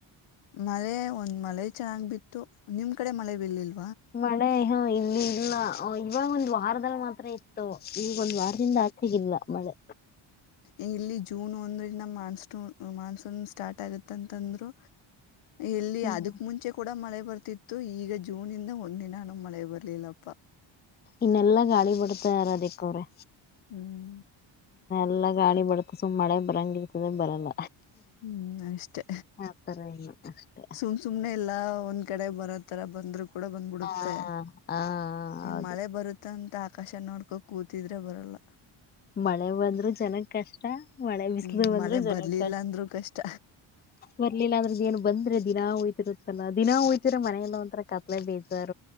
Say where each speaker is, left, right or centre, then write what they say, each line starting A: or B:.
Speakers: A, on the left; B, on the left.
A: ಮಳೆ ಒಂದು ಮಳೆ ಚೆನ್ನಾಗ್ ಬಿತ್ತು ನಿಮ್ ಕಡೆ ಮಳೆ ಬಲಿಲ್ಲ
B: ಮಾಡ ಹೌ ಇಲ್ಲಿ ಇಲ್ಲ ಇವಾಗ ಒಂದು್ ವಾರದಲ್ಲಿ ಮಾತ್ರ ಇತ್ತು ಈವಗ ಒಂದ್ ವಾರದಿಂದ ಆಚೆಗಿಲ್ಲ ಮಳೆ
A: ಈ ಇಲ್ಲಿ ಜೂನ್ ಒಂದ್ರಂದ ಮಾನ್ಸೂನ್ ಮಾನ್ಸೂನ್ ಸ್ಟಾರ್ಟ್ ಆಗತ್ತ ಅಂತಂದ್ರು ಎಲ್ಲಿ
B: ಹ್ಮ್
A: ಅದಕ್ ಮುಂಚೆ ಕೂಡ ಮಳೆ ಬರ್ತಿತ್ತು ಈಗ ಜೂನ್ ಇಂದ ಒಂದ್ಿನಾನು ಮಳೆ ಬರ್ಲಿಲ್ಲಪ್ಪ
B: ಇನ್ನೆಲ್ಲ ಗಾಳಿ ಬಿಡ್ತ ಯಾರ ಅದಕ್ಕ ಅವ್ರೆ
A: ಹ್ಮ್
B: ಎಲ್ಲಾ ಗಾಡಿ ಬಡತ ಸುಮ್ ಮಳೆ ಬರಂಗ ಇರ್ತದೆ ಬರಲ್ಲ
A: ಹ್ಮ್ ಅಷ್ಟೇ
B: ಆತರ ಇಲ್ಲ ಅಷ್ಟೇ
A: ಸುಮ್ ಸುಮ್ನೆ ಎಲ್ಲಾ ಒಂದ್ ಕಡೆ ಬರೋ ತರ ಬಂದ್ರು ಕೂಡ ಬಂದ್ಬಿಡುತ್ತೆ
B: ಹಾ ಹ
A: ಈ
B: ಹೌದು
A: ಮಳೆ ಬರುತ್ತೆ ಅಂದ್ರ ಆಕಾಶ ನೋಡ್ಕೋ ಕೂತಿದ್ರೆ ಬರಲ್ಲ
B: ಮಳೆ ಬಂದ್ರರು ಜನಗ್ ಕಷ್ಟ ಮಳೆ ಬಿಸಿಲು
A: ಹ್ಮ್
B: ಬಂದ್ರು
A: ಮಳೆ
B: ಜನಕ್
A: ಬರ್ಲಿಲ್ಲ ಅಂದ್ರರು ಕಷ್ಟ
B: ಬರ್ಲಿಲ್ಲ ಅಂದ್ರೆ ಏನ್ ಬಂದ್ರೆ ದಿನಾ ಹಯ್ತಿರುತ್ತಲ್ಲ ದಿನ ಹೋಯ್ತಿರ್ರ ಮನನೆಲ್ಲ ಒಂಥರ ಕತ್ಲೆ ಬೇಜಾರ್